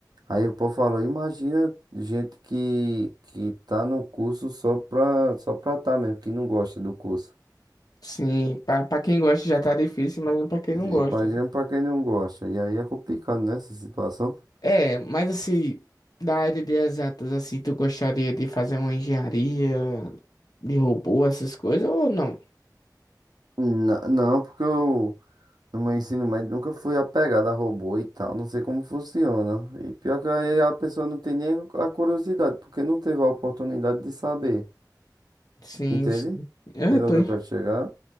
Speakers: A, on the right; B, on the left.
A: Aí o povo falou, imagina gente que, que tá no curso só pra, só pra tá mesmo, que não gosta do curso.
B: Sim, pra, pra quem gosta já tá difícil, mas não pra quem não gosta,
A: Imagina
B: né?
A: pra quem não gosta. E aí é complicado, né, essa situação.
B: É, mas assim, da área de exatas, assim, tu gostaria de fazer uma engenharia de robô, essas coisas, ou não?
A: Na- Não, porque eu no meu ensino médio nunca fui apegado a robô e tal, não sei como funciona. E pior que aí a pessoa não tem nem a curiosidade, porque não teve a oportunidade de saber,
B: Sim,
A: entende?
B: sim. É, Eu
A: Entendeu
B: tô,
A: onde
B: en-
A: eu quero chegar?